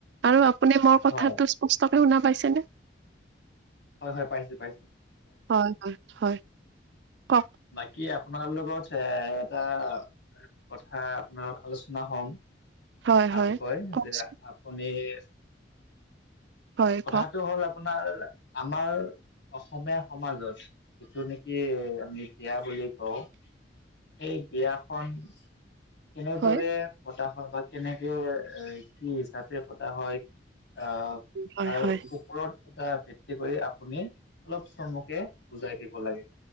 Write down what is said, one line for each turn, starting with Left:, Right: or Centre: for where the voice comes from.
Right: আৰু আপুনি মোৰ কথাটো
Left: হয়
Right: ই কষ্টকে শুনা পাইছেনে?
Left: হয়ঁ হয়ঁ পাইছোঁ পাইছোঁ।
Right: হয়ঁ হয়ঁ হয়ঁ কওক
Left: বাকী আপোনাৰ লগত এ এটা। কথা আপোনাৰ আলোচনা হম
Right: হয়
Left: ভালকৈ
Right: হয় কওকচোন
Left: যে-আপোনাৰ পনিৰ,
Right: হয়
Left: কথাটো
Right: কওক।
Left: হ'ল আ আপোনাৰ আমাৰ অসমীয়া সমাজত যিটো নেকি আমি বিয়া বুলি কওঁ সেই বিয়াখনন কেনেদৰে,
Right: হয়
Left: পতা হয় বা কেনেকে এ কি হিচাপে পতা হয়। আহ
Right: হয়
Left: তাৰ
Right: হয়
Left: ওপৰত এটা ভিত্তি কৰি আপুনি- অলপ চমুকে বুজাই দিব লাগে।